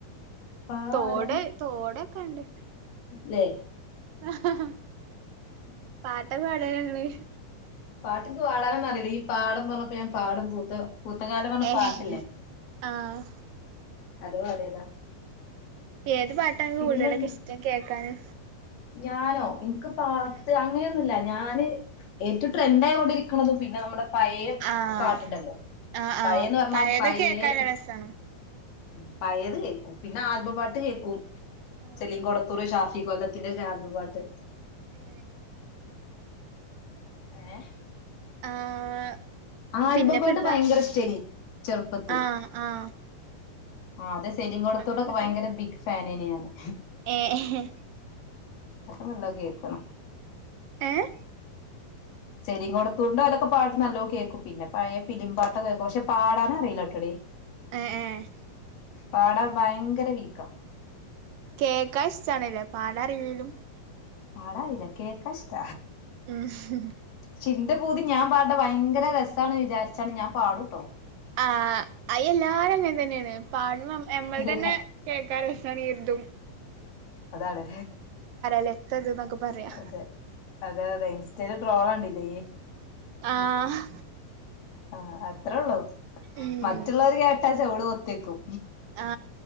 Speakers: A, on the left (about 85°); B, on the right (about 70°).
A: പാടം
B: തോട് തോടൊക്കൊണ്ട്.
A: ലെ
B: അഹ. പാട്ടൊക്കെ പാട ഞങ്ങള്
A: പാട്ടിക്ക് പാടാനന്ന അറിയല്ല ഈ പാടം പറഞ്ഞപ്പോ ഞൻ പാടം പൂത്ത പൂത്തകാലം പറഞ്ഞ ര്
B: ഏഹ്
A: പാട്ടില്ലേ
B: ആഹ്
A: അതോ അതേതാ?
B: ഏത് പാട്ടാ നിങ്ങക്ക്
A: പിന്നെന്താ
B: കൂടുതലൊക്കെ ഇഷ്ടം കേക്കാന്
A: ഞാനോ എന്ക്ക് പാത്ത്
B: ഉം
A: അങ്ങനെ ല്ല ഞാന് ഏറ്റൊ ട്രെൻ് ആയൊണ്ടിരിക്കണത് പിന്നെ നമ്മുടെ പഴയെ
B: ആഹ്
A: പാട്ടുണ്ടല്ലോ
B: ആഹ്
A: പഴയന്ന്
B: ആഹ്
A: പറഞ്ഞാൽ
B: പഴയത്
A: പഴയെ
B: കേക്കാൻ നല്ല
A: ഇ
B: രസാണ്
A: ആം. പയത് കേക്കും പിന്നെ ആൽബം പാ ട്ട് കേക്കും.
B: ആഹ്
A: ചെലിം കൊടത്തൂർ ശാഫ് ഫി കൊല്ലത്തിന്റെ ചാപ്പുപാട്ട്
B: ഏ
A: ഏഹ്
B: ആഹ്.
A: ആൽബപ്പാട്ട്
B: പിന്നെപ്പ എന്താ
A: ഭയങ്കര ഇഷ്ടെനി ചെറുപ്പത്ത്
B: ആഹ് ആഹ്
A: ആഹ് അതെ സ് ചെലിംകോടർത്ന്റൊക്കെ
B: അത് കഴിയുമ്പത്തേനും
A: ഭയങ്കര ബിഗ് ഫാനയെന് ഞാന്
B: ഏഹ്.
A: <unintelligible> കേക്കുന്നു
B: ഏഹ്
A: ചെലിം കൊടർത്തുന്റോ അതൊക്കെ പാട്ട് നല്ലോ കേക്കും. പിന്നെ പയേ ഫിലിം പാട്ട് കേക്കും. പക്ഷെ പാടാൻ അറിയില്ല കേട്ടോടി.
B: ഏഹ് ഏഹ്.
A: പാടാ ഭയങ്കര വീക്കാ.
B: ഉം കേക്കാ ഇഷ്ടാണല്ലേ പാട അറില്ലിലും.
A: പാടാറില്ല കേക്കഇഷ്ട.
B: ഉം.
A: ചിൻന്റെ പൂതി ഞാൻ പാട്ണ ഭയങ്കര രസാണ വിചാരിച്ചാണ് ഞാൻ പാടൂട്ടോ.
B: ആ അയ് എല്ലാരും അങ്ങനെ തന്നെയാണ് പാടും എമ്മൾ
A: ഇല്ല
B: തന്നെ കേൾക്കാൻ രസേണിതും
A: അതാണ്
B: ല്ലേ എത്താ ഇത് ന്നൊക്കെ പറയാ
A: അതെ അതെ അതെ ഇൻസ്റ്റേല് ട്രോള് കണ്ടില്ലേ നീ
B: ആഹ്
A: ആ അത്രേള്ളു
B: ഉം
A: മറ്റുള്ളവർ കേട്ടാ എവിടേം ഒത്തിക്കും
B: ആ